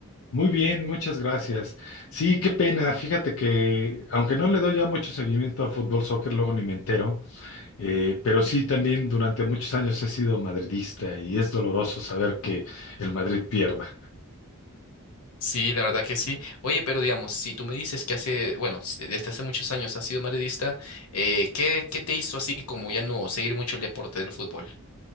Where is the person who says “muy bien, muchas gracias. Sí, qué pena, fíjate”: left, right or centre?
Left